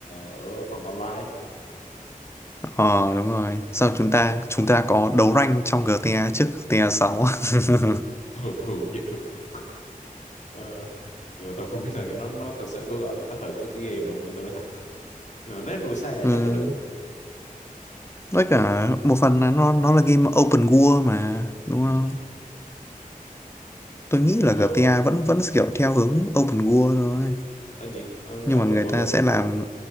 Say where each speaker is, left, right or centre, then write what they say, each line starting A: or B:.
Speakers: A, on the left; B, on the left.
A: ở phần online
B: Ờ đúng rồi. Sao chúng ta chúng ta có đấu rank trong GTA trước GTA 6 <laughs>
A: <laughs> tôi tôi chịu <laughs> Ờ, nhưng mà tôi không biết là nó nó thực sự có gọi là có hợp với cái game này không nữa tôi nói thật. nhưng mà nếu đua xe
B: ừ.
A: chắc là được
B: Với cả một phần là nó nó là game open world mà đúng
A: Ừ,
B: không?
A: hứ.
B: Tôi
A: Open
B: nghĩ là
A: World
B: GTA vẫn vẫn kiểu theo hướng open world thôi.
A: tất nhiên ờ, Open
B: Nhưng mà người
A: World
B: ta sẽ làm